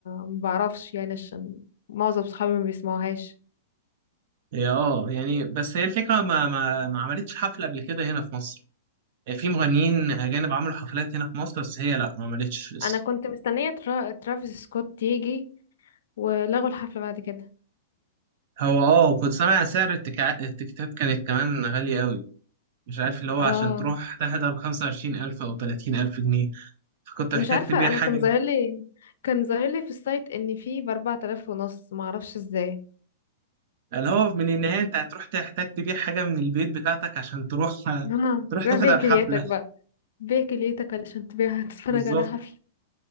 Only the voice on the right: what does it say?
إيه، اه يعني بس هي الفكرة ما ما ما عملتش حفلة قبل كده هنا في مصر في مغنيين أجانب عملوا حفلات هنا في مصر بس هي لأ ما عملتش لسه
هو اه وكنت سامع سعر التكع... التيكتات كانت كمان غالية أوي مش عارف اللي هو
عشان تروح تحضر خمسة وعشرين ألف أو تلاتين ألف جنيه فكنت
محتاج
تبيع
حاجة
اللي هو من النهاية أنت هتروح تحتاج تبيع حاجة من البيت بتاعتك عشان تروح <laughs>
تروح تحضر
حفلة <laughs>
بالظبط